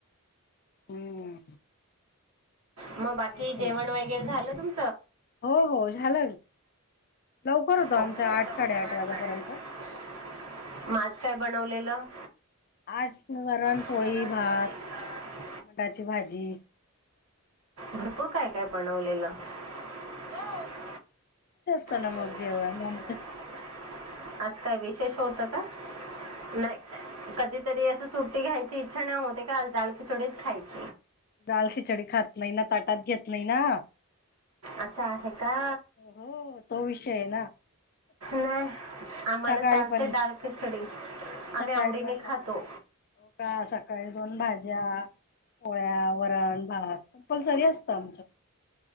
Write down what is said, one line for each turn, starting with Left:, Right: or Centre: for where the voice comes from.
Left: हम्म
Right: मग बाकी
Left: तेच
Right: जेवण
Left: ना
Right: वगैरे झालं तुम?
Left: हो, हो झाल,, लवकर होत,
Right: ओ
Left: आमच
Right: आठ
Left: आठ-साडे-आठ
Right: साडेआठ
Left: वाजेपर्यंत.
Right: वाजता मग आज काय बनवलेलं?
Left: आज काय वरण
Right: सरळ
Left: पोळी भात.
Right: भात,
Left: मटाची भाजी.
Right: भरपूर काय काय बनवलेलं? हो सगळंच
Left: चला
Right: बनवलं
Left: मग जेवायला आमच्या
Right: जेवण. आज काय विशेष होतं का? नाही कधी तरी असं सुट्टी घ्यायची इच्छा ना होते का आज डाल खिचडीच खायची.
Left: डालखिचडी खात नाही ना ताटात घेत नाही ना?
Right: असं आहे. का
Left: हो तो विषय आहे ना.
Right: नाही आम्हाला
Left: सकाळी
Right: चालतंय
Left: पण
Right: डाल खिचडी आम्ही
Left: सकाळी
Right: आवडीने
Left: पण
Right: खातो.
Left: हो का सकाळी दोन भाज्या, पोळ्या, वरण, भात कंपल्सरी असतं आमच्यात.